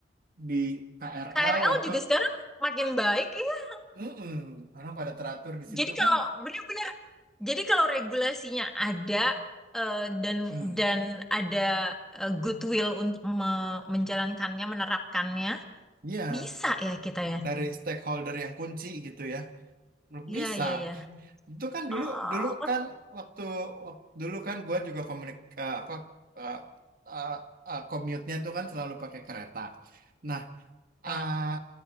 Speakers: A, on the right (about 55°); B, in the centre.
A: di KRL
B: KRL
A: waktu
B: juga sekarang makin baik ya.
A: Mm-mm, orang pada teratur di situ
B: Jadi kalau
A: kan.
B: benar-benar, jadi kalau regulasinya ada eh, dan
A: Hmm,
B: dan ada eh, goodwill untuk me- menjalankannya, menerapkannya,
A: iya,
B: bisa ya kita ya.
A: dari stakeholder yang kunci gitu ya.
B: Iya,
A: Bisa
B: iya, iya.
A: Itu kan
B: Oh,
A: dulu dulu kan waktu, wak- dulu kan gue juga komunik eh, apa eh, eh, eh, commute-nya tuh kan selalu pakai kereta. Nah,
B: ah,
A: ah,